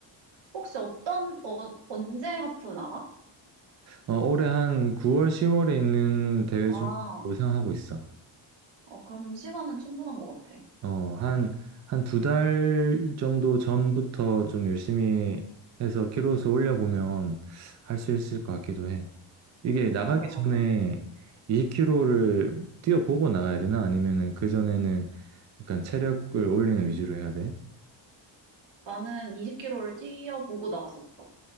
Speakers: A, on the right; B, on the right.
A: 혹시 어떤, 어, 언제 하프 나가?
B: 어, 올해 한 9월, 10월에 있는 대회
A: 아,
B: 중 생각하고 있어.
A: 어, 그럼 시간은 충분한 것 같아.
B: 어, 한, 한 두 달 정도 전부터 좀 열심히 해서 키로수 올려보면 할 수 있을 것 같기도 해. 이게 나가기
A: 맞아, 맞아.
B: 전에 20km를 뛰어보고 나가야 되나? 아니면은 그전에는 약간 체력을 올리는 위주로 해야 돼?
A: 나는 20km를 뛰어보고 나갔었어.